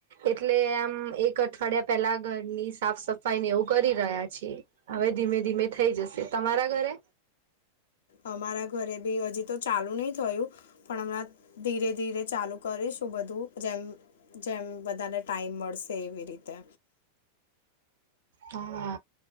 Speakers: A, on the right; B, on the left.
A: એટલે આમ એક અઠવાડિયા પેલા ઘરની સાફ સફાઈ ને એવું કરી રહ્યા છીએ. હવે ધીમે ધીમે થઇ જશે તમારા ઘરે?
B: અમારા ઘરે બી હજી તો ચાલુ નહી થયું, પણ હમણાં ધીરે ધીરે ચાલુ કરીશું બધું જેમ જેમ બધાને ટાઈમ મળશે એવી રીતે.
A: હા